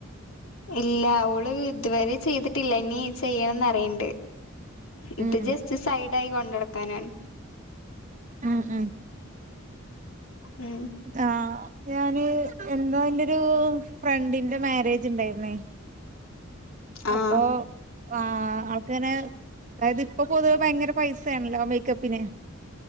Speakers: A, on the left; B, on the right.
A: ഇല്ലാ ഓള് ഇത് വരെ ചെയ്തിട്ടില്ല ഇനി ചെയ്യണംന്നറിണ്ട്
B: ഉം
A: ഇത് ജസ്റ്റ് സൈഡായി കൊണ്ടട്ക്കാനാണ്.
B: ആഹ് ആഹ്
A: ഉം
B: ദാ ഞാന് എന്താന്റൊരു ഫ്രണ്ടിന്റെ മാരേജ്ണ്ടായിര്ന്നേ
A: ആഹ്
B: അപ്പോ ആഹ് ആൾക്ക്ങ്ങനെ അതായത് ഇപ്പൊ പൊതുവെ ഭയങ്കര പൈസേണല്ലോ മെയ്ക്കപ്പിന്